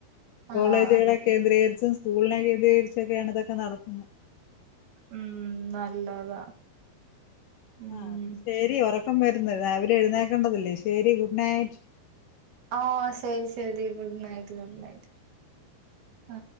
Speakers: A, on the left; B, on the right.
A: കോളേജുകളെ
B: ആഹ്
A: കേന്ദ്രീകരിച്ചും സ്കൂളിനെ കേന്ദ്രീകരിച്ചൊക്കെയാണ് ഇതൊക്കെ നടത്തുന്നെ
B: ഉം നല്ലതാ ഉം
A: ആഹ് ശെരി ഒറക്കം വരുന്ന് രാവിലെ എഴുന്നേക്കേണ്ടതല്ലേ ശരി ഗുഡ് നൈറ്റ്
B: ഓ ശരി ശരി ഗുഡ് നൈറ്റ് ഗുഡ് നൈറ്റ് ആ